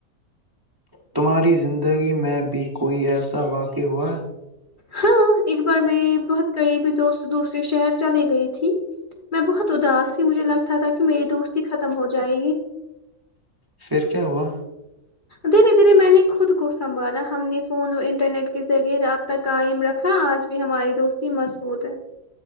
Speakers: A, on the right; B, on the left.
A: تمہاری زندگی میں بھی کوئی ایسا واقع ہوا
B: ہاں ایک بار میری بہت قریبی دوست دوسرے شہر چلے گئی تھی میں بہت اداس تھی مجھے لگتا تھا کہ میری دوستی ختم ہو جائے گی
A: پھر کیا ہوا
B: دھیرے دھیرے میں نے خود کو سنبھالا ہم نے فون اور انٹرنیٹ کے ذریعے رابطہ قائم رکھا آج بھی ہماری دوستی مضبوط ہے